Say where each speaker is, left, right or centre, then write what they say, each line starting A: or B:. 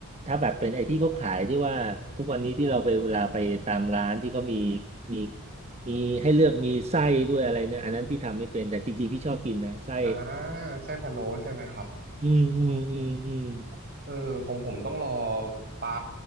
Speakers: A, on the right; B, on the right.
A: ถ้าแบบเป็นไอ้ที่เขาขายที่ว่าทุกวันนี้ที่เราไปเวลาไปตามร้านที่เขามีมีมีให้เลือกมีไส้ด้วยอะไรเนี่ยอันนั้นพี่ทำไม่เป็นแต่จริงๆพี่ชอบกินนะไส้
B: อ่าไส้พะโล้ใช่ไหมครับ
A: อืมอืมอืมอืม
B: เออของผมต้องรอป้า